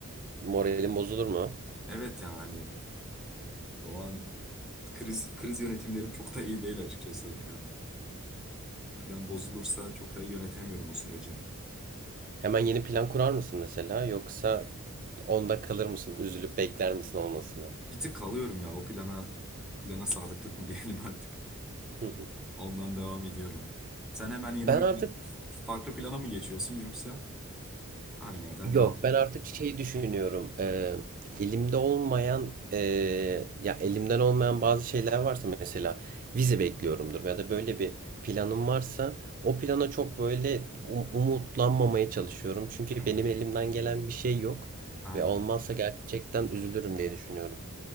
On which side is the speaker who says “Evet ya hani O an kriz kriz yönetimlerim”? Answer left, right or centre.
Centre